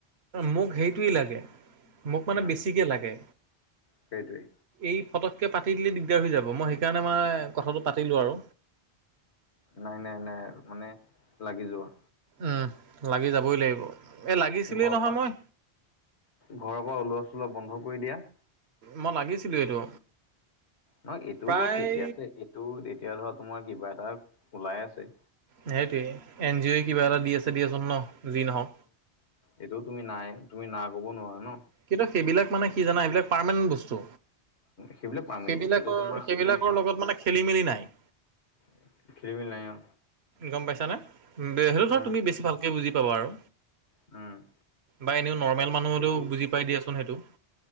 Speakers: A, on the right; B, on the left.
A: মোক সেইটোৱেই লাগে মোক মানে
B: উম
A: বেছিকে লাগে।
B: সেইটোৱে
A: এই ফটককে পাতি দিলেই দিগদাৰ হৈ যাব মই সেইকাৰণে মানে কথাটো পাতিলোঁ আৰু
B: নাই নাই নাই মানে লাগি যোৱা।
A: উম লাগি যাবই লাগিব। এ লাগিছিলেই
B: ঘৰ
A: নহয়
B: পৰা
A: মই
B: ঘৰৰ পৰা ওলোৱা চোলোৱা বন্ধ কৰি দিয়া।
A: মই লাগিছিলো এইটো
B: নহয় এইটোও
A: প্ৰায়
B: বাৰু ঠিকে আছে এইটো এতিয়া ধৰা তোমাৰ কিবা এটা ওলাই আছে।
A: সেইটোৱেই এন জি অ'ই কিবা এটা দি আছে দিয়াচোন ন যি নহওক।
B: এইটোও তুমি নাই তুমি না ক'ব নোৱাৰা ন।
A: কিন্তু সেইবিলাক মানে কি জানা এইবিলাক পাৰমানেণ্ট বস্তু
B: সেইবিলাক পাৰ্মানেণ্ট
A: সেইবিলাকৰ
B: সেইটো তোমাৰ
A: সেইবিলাকৰ
B: হেৰি নাই
A: লগত মানে খেলি মেলি নাই
B: <unintelligible> নাই অ
A: গম পাইছানে <unintelligible>
B: উম
A: তুমি বেছি ভালকে বুজি পাবা আৰু
B: উম
A: বা এনেও নৰ্মেল মানুহলেও
B: এইটো
A: বুজি পাই দিয়াচোন সেইটো